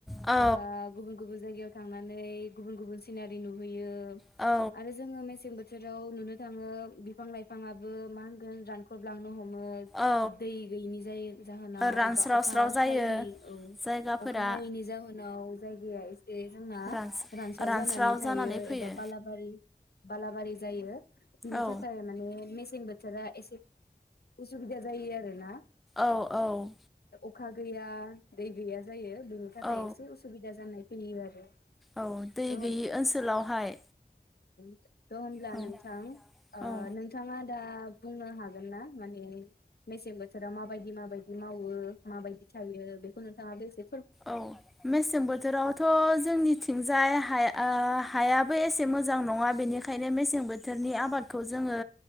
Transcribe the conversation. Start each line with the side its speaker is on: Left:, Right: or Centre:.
Centre: औ
Left: एबा गुबुन गुबुन जायगायाव थांनानै गुबुन गुबुन सिनारि नुहैयो यो
Centre: औ
Left: आरो जोङो मेसें बोथो थोराव नुनो थाङो बिफां लाइफाङाबबो मा होनगोन रान खख्रबलांनो हमो
Centre: औ
Left: दै गैयिनि जाय जाहोनाव
Centre: रानस्रावस्राव
Left: एबा अखा
Centre: जायो
Left: हायैनि औ
Centre: जायगाफोरा
Left: अखा हायैनि जाहोनाव जायगाया एसे जोंना
Centre: रानस
Left: रानसाव
Centre: रानस्राव
Left: जानानै थायो
Centre: फैयो
Left: एबा बालाबारि बलााबारि जायो बिनि
Centre: औ
Left: थाखाय माने मेसे सें बोथोरा एसे उसुबिदा जायो आरो ना
Centre: औ औ
Left: अखा गैया दै गैया जायो बेनि थाखाय
Centre: औ
Left: एसे उसुबिदा जानाय फैयो आरो
Centre: औ दै
Left: थ'
Centre: गैयि ओनसोलावहाय
Left: द <unintelligible>
Centre: औ
Left: नोंथां ओ
Centre: औ
Left: नोंथाङा दा बुंनो हागोन ना माने मेसें बोथोराव माबायदि माबायदि मावो माबायदि थायो बेखौ नोंथाङा बेसे
Centre: औ मेसें बोथोरावथ' जोंनि थिंजाय हाया ओ हायाबो एसे मोजां नङा बेनिखायनो मेसें बोथोरनि आबादखौ जोङो